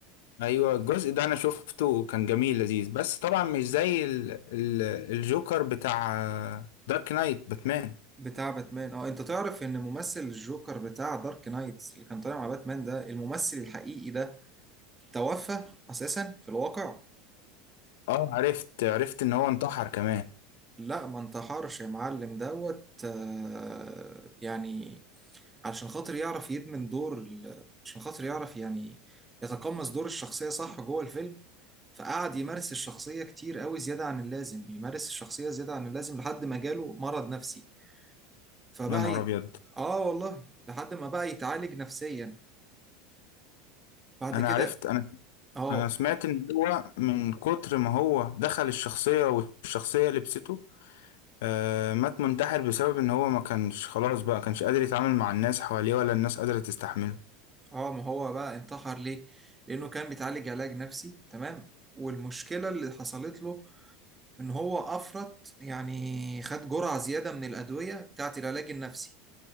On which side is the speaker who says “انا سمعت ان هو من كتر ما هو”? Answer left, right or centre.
Left